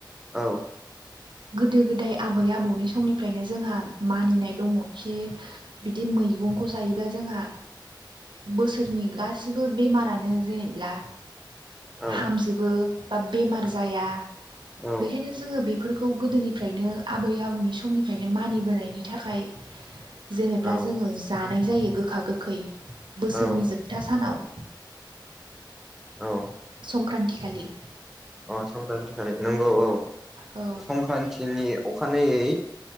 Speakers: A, in the centre; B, on the right.
A: औ
B: गोदो गोदाय आबै आबौनि समनिफ्रायनो जोंहा मानिनाय दङ खि बिदि मै मैगंखौ जायोब्ला जोंहा बोसोरनि गासिबो बेमारानो जेनेब्ला
A: औ
B: हामजोबो बा बेमार जाया
A: औ
B: बेखायनो जोङो बे फोरखौ गोदोनिफ्रायनो आबै आबौनि समनिफ्रायनो मानिबोनायनि थाखाय जेनेब्ला
A: औ
B: जोङो जानाय जायो गोखा गोखै बोसोरनि
A: औ
B: जोबथा सानाव।
A: औ।
B: संक्रान्तिखालि
A: अ संक्रान्तिखालि नंगौ औ
B: औ
A: संक्रान्तिनि अखानायै